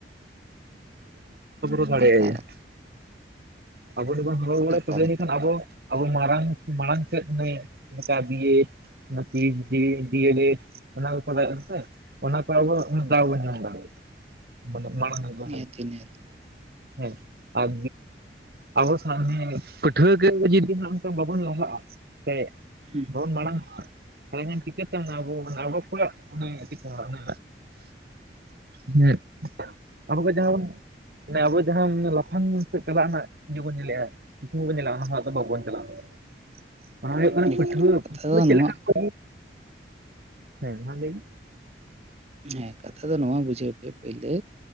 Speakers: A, on the right; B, on the right.
A: <inaudible> <unintelligible>
B: ᱮᱠᱟᱞ
A: ᱟᱵᱚ ᱡᱮᱵᱚᱱ ᱦᱚᱦᱚ ᱵᱟᱲᱟᱭ
B: ᱮᱠᱟᱞ
A: ᱛᱚᱵᱮ ᱮᱱᱠᱷᱟᱱ
B: ᱮᱠᱟᱞ
A: ᱟᱵᱚ ᱟᱵᱚ ᱢᱟᱨᱟᱝ ᱢᱟᱲᱟᱝ ᱥᱮᱫ ᱮᱢ ᱪᱤᱠᱟ ᱫᱤᱭᱮᱴ ᱚᱱᱟ ᱯᱤᱭᱤᱪᱰᱤ ᱰᱤᱭᱮᱞᱮᱴ ᱚᱱᱟ ᱠᱚ ᱠᱚᱨᱟᱣ ᱥᱮ ᱚᱱᱟ ᱠᱚ ᱟᱵᱚ ᱩᱱ ᱫᱟᱣ ᱧᱟᱢ ᱫᱟᱲᱮᱜ ᱩᱱ ᱫᱚ
B: ᱱᱤᱦᱟᱹᱛᱤ ᱱᱤᱦᱟᱹᱛᱤ
A: ᱦᱮᱸ ᱟᱨ ᱟᱵᱚ ᱥᱮ ᱯᱟᱹᱴᱷᱩᱣᱟᱹ ᱠᱚ ᱡᱩᱫᱤ ᱦᱟᱸᱜ ᱱᱤᱛᱚᱝ ᱵᱟᱵᱚᱱ ᱞᱟᱦᱟᱜ-ᱟ ᱥᱮ
B: ᱦᱩᱸ
A: ᱵᱟᱵᱚᱱ ᱢᱟᱲᱟᱝ ᱚᱜ-ᱟ ᱦᱮᱸ ᱦᱮᱸ ᱪᱤᱠᱟᱹ ᱛᱮ ᱟᱵᱚ ᱚᱵᱚᱠᱚᱣᱟᱜ ᱚᱱᱟ ᱪᱤᱠ ᱚᱱᱚ ᱦᱮᱸ ᱟᱵᱚ ᱠᱚ ᱡᱟᱦᱟᱸ ᱵᱚᱱ ᱢᱮ ᱟᱵᱚ ᱡᱟᱦᱟᱸ ᱞᱟᱯᱷᱟᱝ ᱢᱮᱱᱛᱮᱫ ᱪᱟᱞᱟᱜ ᱨᱮᱱᱟᱜ ᱤᱭᱟᱹ ᱵᱚᱱ ᱧᱮᱞᱮᱜ-ᱟ ᱧᱩᱛᱩᱢ ᱦᱚᱸ ᱵᱚᱱ ᱧᱮᱞᱟ-ᱟ ᱚᱱᱟ ᱦᱚᱸ ᱟᱫᱚ ᱵᱟᱵᱚᱱ ᱪᱟᱞᱟᱜ-ᱟ ᱚᱱᱟ ᱦᱩᱭᱩᱜ ᱠᱟᱱᱟ ᱯᱟᱹᱴᱷᱣᱟᱹ
B: ᱮᱠᱟᱞ ᱠᱟᱛᱷᱟ
A: ᱯᱟᱹᱴᱷᱣᱟᱹ
B: ᱫᱚ
A: ᱪᱮᱫ
B: ᱱᱚᱣᱟ
A: ᱞᱮᱠᱟ ᱠᱚ ᱦᱮᱸ ᱢᱟ ᱞᱟᱹᱭ ᱢᱮ
B: ᱦᱮᱸ ᱠᱟᱛᱷᱟ ᱫᱚ ᱱᱚᱣᱟ ᱵᱩᱡᱷᱟᱹᱣ ᱯᱮ ᱯᱳᱭᱞᱳ